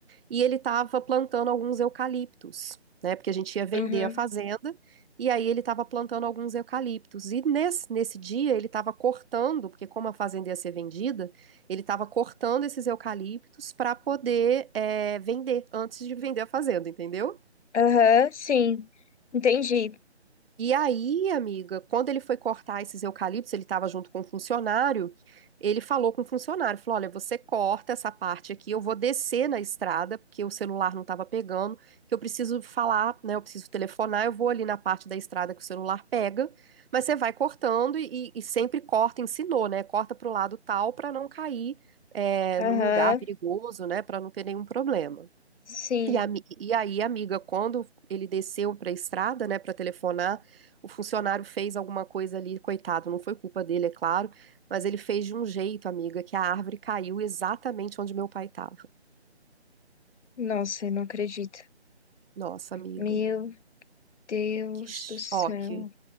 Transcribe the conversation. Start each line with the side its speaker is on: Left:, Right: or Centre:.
Right: e ele estava plantando alguns eucaliptos, né? Porque a gente ia vender
Left: uhum,
Right: a fazenda, e aí ele estava plantando alguns eucaliptos. E nesse, nesse dia ele estava cortando, porque como a fazenda ia ser vendida, ele estava cortando esses eucaliptos para poder eh, vender antes de vender a fazenda, entendeu?
Left: aham, sim. Entendi.
Right: E aí, amiga, quando ele foi cortar esses eucaliptos, ele estava junto com um funcionário, ele falou com o funcionário, falou, olha, você corta essa parte aqui, eu vou descer na estrada, porque o celular não estava pegando, que eu preciso falar, né, eu preciso telefonar, eu vou ali na parte da estrada que o celular pega, mas você vai cortando e, e sempre corta, ensinou, né, corta para o lado tal para não cair é, num
Left: Aham,
Right: lugar perigoso, né, para não ter nenhum problema.
Left: sim.
Right: E, a, mi- e aí, amiga, quando ele desceu para a estrada, né, para telefonar, o funcionário fez alguma coisa ali, coitado, não foi culpa dele, é claro, mas ele fez de um jeito, amiga, que a árvore caiu exatamente onde meu pai estava.
Left: Nossa, eu não acredito.
Right: Nossa, amiga,
Left: Meu Deus
Right: que choque.
Left: do céu.